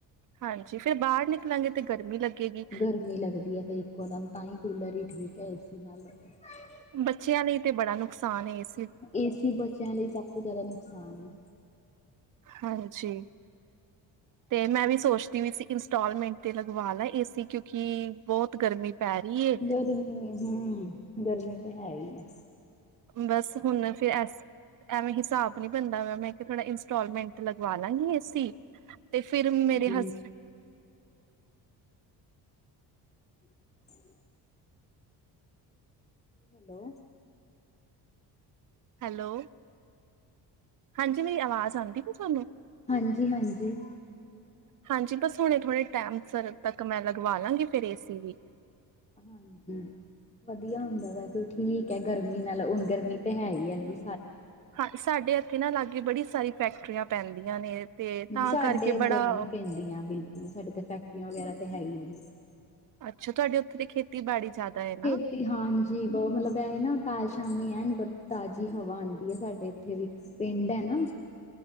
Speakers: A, on the right; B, on the left.
A: ਹਾਂਜੀ ਫੇਰ ਬਾਹਰ ਨਿਕਲਾਂਗੇ ਤੇ ਗਰਮੀ ਲੱਗੇਗੀ
B: ਗਰਮੀ ਲੱਗਦੀ ਹੈ ਫੇਰ ਇੱਕੋ ਦਮ ਤਾਂ ਹੀ ਕੂਲਰ ਹੀ ਠੀਕ ਹੈ ਇਸ <inaudible>
A: ਬੱਚਿਆਂ ਲਈ ਤੇ ਬੜਾ ਨੁਕਸਾਨ ਇਸ
B: ਏਸੀ ਬੱਚਿਆਂ ਲਈ ਸਭ ਤੋਂ ਜ਼ਿਆਦਾ ਨੁਕਸਾਨ ਹੈ।
A: ਹਾਂਜੀ, ਤੇ ਮੈਂ ਵੀ ਸੋਚਦੀ ਵੀ ਸੀ। ਇੰਸਟਾਲਮੈਂਟ ਤੇ ਲਗਵਾ ਲਾ ਏ ਸੀ ਕਿਉਂਕਿ ਬਹੁਤ ਗਰਮੀ ਪੈ ਰਹੀ ਏ
B: ਗਰਮੀ ਹੂੰ ਗਰਮੀ ਤੇ ਹੈ ਹੀ ਆ
A: ਬਸ ਹੁਣ ਫਿਰ ਐ ਐਵੇਂ ਹਿਸਾਬ ਬੰਦਾ ਵ ਮੈਂ ਕਿਹਾ ਥੋੜ੍ਹਾ ਇੰਸਟੋਾਲਮੈਂਟ ਲਗਵਾ ਲਾਂਗੀ ਸੀ। ਤੇ ਫਿਰ ਮੇਰੇ
B: ਹਾਂਜੀ,
A: ਹਸਬੈਂਡ,
B: ਹ <inaudible> ਹੈਲੋ,
A: ਹੈਲੋ, ਹਾਂਜੀ ਮੇਰੀ ਆਵਾਜ਼ ਆਉਂਦੀ ਸੀ ਤੁਾਨੂੰ
B: ਹਾਂਜੀ ਹਾਂਜੀ
A: ਹਾਂਜੀ ਬਸ ਹੁਣੇ ਥੋੜੇ ਟਾਈਮ ਸ ਤੱਕ ਮੈਂ ਲਗਵਾ ਲਾਂਗੀ ਫਰੇ ਸੀ ਵੀ
B: ਹਾਂਜੀ ਵਧੀਆ ਹੁੰਦਾ ਵਾ ਫ ਠੀਕ ਹੈ ਗਰਮੀ ਨਾਲ ਹੁਣ ਗਰਮੀ ਤਾਂ ਹੈ ਹੀ ਹੈ ਵੀ
A: ਹਾਂ ਸਾਡੇ ਇੱਥੇ ਨਾ ਲਾਗੇ ਬੜੀ ਸਾਰੀ ਫੈਕਟਰੀਆਂ ਪੈਂਦੀਆਂ ਨੇ ਤੇ ਤਾਂ
B: ਸਾਡੇ
A: ਕਰਕੇ
B: ਇੱਧਰ
A: ਬੜਾ
B: ਨੀ ਪੈਂਦੀਆਂ ਬਿਲਕੁਲ ਸਾਡੇ ਤੇ ਫੈਕਟਰੀਆਂ ਵਗੈਰਾ ਤਾਂ ਹੈ ਹੀ ਨੇ
A: ਅੱਛਾ ਤੁਹਾਡ ਉਥੇ ਦੇ ਖੇਤੀਬਾੜੀ ਜ਼ਿਆਦਾ ਹੈ ਨਾ
B: ਖੇਤੀ ਹਾਂਜੀ ਬਹੁਤ ਮਤਲਬ ਇਹ ਨਾ ਤਾਜ ਸ਼ਾਮੀ ਐਨ ਬ ਤਾਜ਼ੀ ਹਵਾ ਆਉਂਦੀ ਹੈ ਸਾਡੇ ਇੱਥੇ ਵੀ ਪਿੰਡ ਹੈ ਨਾ